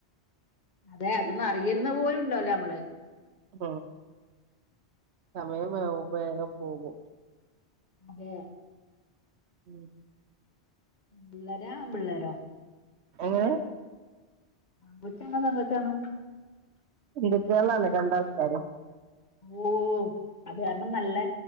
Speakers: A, on the left; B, on the right.
A: അതെ. അതൊന്നറിയെന്നെ പോലുണ്ടാവില്ല നമ്മള്.
B: ഉം സമയം ബേഗും ബേഗം പോകും
A: അതെ
B: ഉം
A: പെമ്പിള്ളേരാ ആൺപിള്ളേരോ?
B: എങ്ങനെ?
A: ആങ്കൊച്ചാണോ പെങ്കൊച്ചാണോ?
B: പെങ്കുട്ട്യേളാണ് രണ്ടാൾക്കാരും.
A: ഓ അത് കാരണം നല്ല